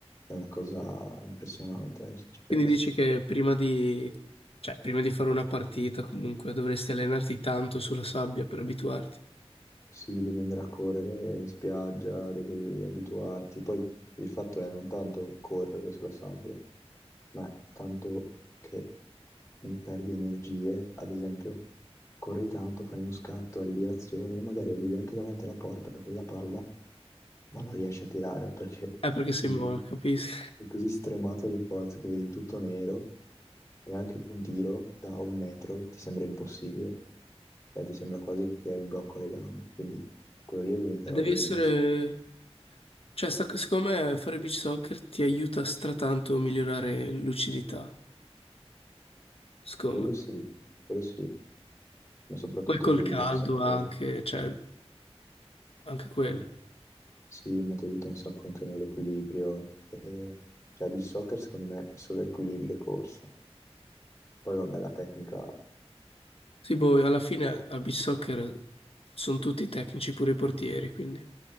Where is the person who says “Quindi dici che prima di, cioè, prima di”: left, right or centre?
Left